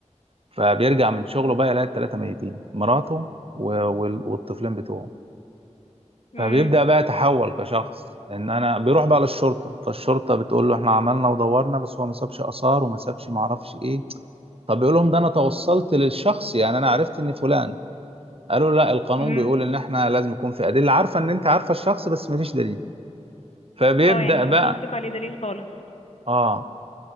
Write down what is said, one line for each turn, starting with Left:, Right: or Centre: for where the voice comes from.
Right: فبيرجع من شغله بقى يلاقي التلاتة ميتين مراته و... وال... والطفلين بتوعه
Left: مم.
Right: فبيبدأ بقى يتحول كشخص ان انا بيروح بقى للشرطة فالشرطة بتقول له احنا عملنا ودورنا بس هو ما سابش آثار وما سابش ما اعرفش ايه طب يقول لهم ده انا توصلت للشخص يعني انا عرفت ان فلان قالوا لا القانون
Left: مم.
Right: بيقول ان احنا لازم يكون في ادله عارفه ان انت عارفه الشخص بس مفيش دليل فبيبدا
Left: اه يعني مش
Right: بقى
Left: عارفين يمسكوا عليه دليل خالص
Right: اه